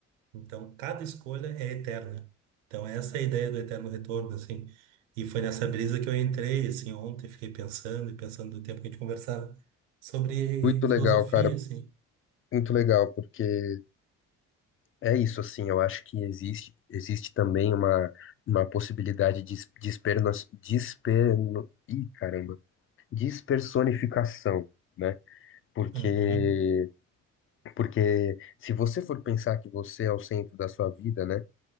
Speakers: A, on the right; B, on the left.
A: Então, cada escolha é eterna. Então, essa é a ideia do eterno retorno, assim. E foi nessa brisa que eu entrei, assim, ontem, fiquei pensando e pensando do tempo que a gente conversava sobre
B: muito legal,
A: filosofia,
B: cara.
A: assim.
B: Muito legal, porque é isso, assim. Eu acho que existe, existe também uma, uma possibilidade de, de esperno, desperno, ih, caramba, despersonificação, né? Porque,
A: Uhum.
B: porque se você for pensar que você é o centro da sua vida, né?